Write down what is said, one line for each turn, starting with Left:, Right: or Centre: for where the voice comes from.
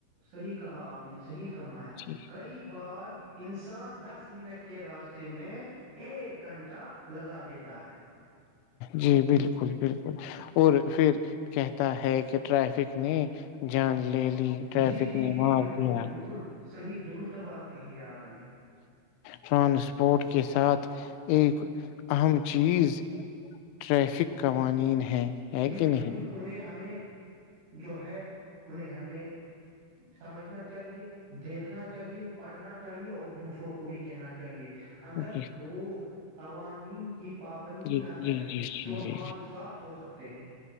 Right: صحیح کہا آپ نے صحیح فرمایا
Left: جی
Right: کئی بار انسان دس منٹ کے کے راستے میں <unintelligible> ایک گھنٹہ لگا دیتا ہے <unintelligible>
Left: جی بالکل بالکل اور پھر کہتا ہے کہ ٹریفک نے جان لے لی ٹریفک
Right: جی جی
Left: نے
Right: جی
Left: مار
Right: بالکل
Left: دیا
Right: بالکل صحیح درست بات کر کہی ہے آپ نے <unintelligible>
Left: ٹرانسپورٹ کے ساتھ ایک اہم چیز ٹریفک قوانین ہے ہے
Right: جی
Left: کہ
Right: بالکل
Left: نہیں
Right: انہیں ہمیں جو ہے انہیں ہمیں سمجھنا چاہیے دیکھنا چاہیے پڑھنا چاہیے اور دوسروں کو بھی کہنا چاہیے اگر
Left: جی
Right: لوگ قوانین کی پابندی
Left: جی
Right: نہ
Left: جی
Right: کریں
Left: جی جی
Right: تو حادثات ہو سکتے ہیں